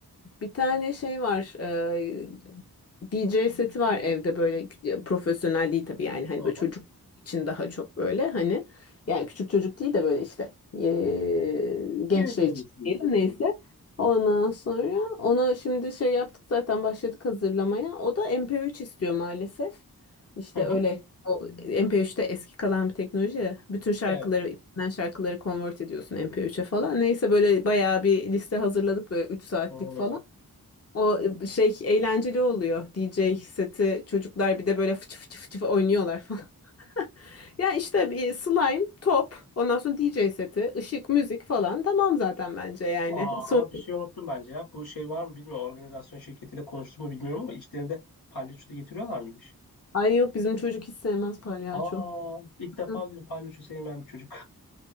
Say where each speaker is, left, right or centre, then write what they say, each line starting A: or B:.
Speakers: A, on the left (about 40°); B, on the left (about 80°).
A: Bir tane şey var. e, DJ seti var evde böyle e, profesyonel değil tabii yani hani
B: Hı
A: böyle
B: hı.
A: çocuk için daha çok böyle hani yani küçük çocuk değil de böyle işte e, gençler
B: Gerisi seviyesi
A: için
B: diyelim.
A: diyelim neyse. Ondan sonra onu şimdi şey yaptık zaten başladık hazırlamaya. O da MP3 istiyor maalesef. İşte
B: Hı hı.
A: öyle o MP3'te eski kalan bir teknoloji ya. Bütün şarkıları,
B: Evet.
A: bilinen şarkıları convert ediyorsun MP3'e falan. Neyse böyle bayağı bir liste hazırladık böyle üç saatlik
B: Hmm.
A: falan. O e, şey eğlenceli oluyor. D J seti çocuklar bir de böyle fıçı fıçı fıçı oynuyorlar falan. <laughs> Ya işte bir slime, top, ondan sonra D J seti, ışık, müzik falan. Tamam zaten bence yani.
B: Aa,
A: Son...
B: ama bir şey unuttum bence ya. Bu şey var mı bilmiyorum. Organizasyon şirketiyle konuştum mu bilmiyorum ama içlerinde palyaço da getiriyorlar mıymış?
A: Ay yok bizim çocuk hiç sevmez palyaço.
B: Aa, ilk defa
A: Hı.
B: duydum palyaço sevmeyen bir çocuk.